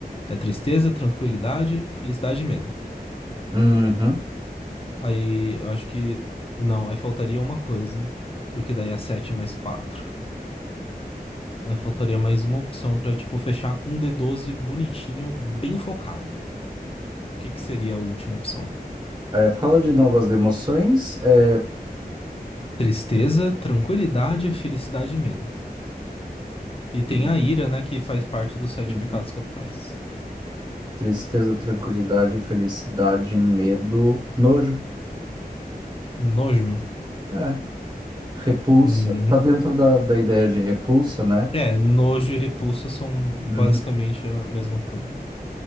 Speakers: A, on the left; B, on the right.
A: é tristeza, tranquilidade, felicidade e medo.
B: Uhum.
A: Aí eu acho que. Não, aí faltaria uma coisa, porque daí é sete mais quatro. Aí faltaria mais uma opção pra, tipo, fechar um d doze bonitinho, bem focado. O que que seria a última opção?
B: É, é, fala de novas emoções, é,
A: Tristeza, tranquilidade, felicidade e medo. E tem
B: e-
A: a ira, né, que faz parte dos sete
B: uhum.
A: pecados capitais.
B: Tristeza, tranquilidade, felicidade, medo, nojo,
A: Nojo.
B: é, repulsa.
A: Uhum.
B: Tá dentro da, da ideia de repulsa, né?
A: É, nojo e repulsa são basicamente
B: Uhum.
A: a mesma coisa.